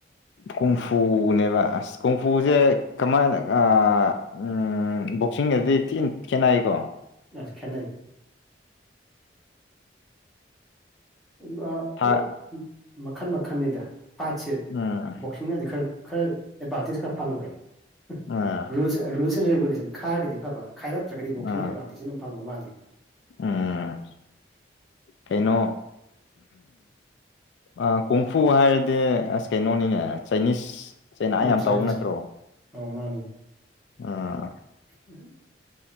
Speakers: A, on the left; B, in the centre.
A: ꯀꯨꯝꯐꯨꯅꯦꯕ ꯑꯁ ꯀꯨꯝꯐꯨꯖꯦ ꯀꯃꯥꯏꯅ ꯑꯥ ꯎꯝ ꯎꯝ ꯕꯣꯛꯁꯤꯡꯒꯗꯤ ꯊꯤꯅ ꯈꯦꯠꯅꯩꯀꯣ
B: ꯑꯁ ꯈꯦꯠꯅꯩ ꯎꯝ ꯑ
A: ꯊꯥ
B: ꯑꯗꯨꯝ ꯃꯈꯜ ꯃꯈꯜꯅꯤꯗ ꯐꯥꯏꯠꯁꯦ
A: ꯎꯝ
B: ꯕꯣꯛꯁꯤꯡꯅꯗꯤ ꯈꯔ ꯈꯔ ꯑꯦꯠꯕꯟꯇꯦꯖ ꯈ ꯐꯪꯕꯅꯦ
A: ꯑꯥ
B: ꯔꯨꯜꯁ ꯔꯨꯜꯁ ꯑꯦꯟ ꯔꯤꯒꯨꯂꯦꯁꯟ ꯈꯔꯒꯗꯤꯐꯕ ꯈꯥꯏꯔꯛꯇ꯭ꯔꯒꯗꯤ ꯕꯣꯛꯁꯤꯡꯅ
A: ꯑꯥ
B: ꯑꯦꯗꯚꯥꯟꯇꯦꯖ ꯑꯗꯨꯝ ꯐꯪꯕ ꯃꯥꯜꯂꯤ
A: ꯎꯝ ꯀꯩꯅꯣ ꯑꯥ ꯀꯣꯡꯐꯨ ꯍꯥꯏꯔꯗꯤ ꯑꯁ ꯀꯩꯅꯣꯅꯤꯅꯦ ꯆꯥꯏꯅꯤꯁ ꯆꯩꯅꯥ
B: ꯎꯝ
A: ꯌꯥꯝ
B: ꯆꯥꯏꯅꯤꯁꯀꯤ
A: ꯇꯧꯕ ꯅꯠꯇ꯭ꯔꯣ
B: ꯑꯧ ꯃꯅꯤꯅꯦ
A: ꯑꯥ
B: ꯎꯝ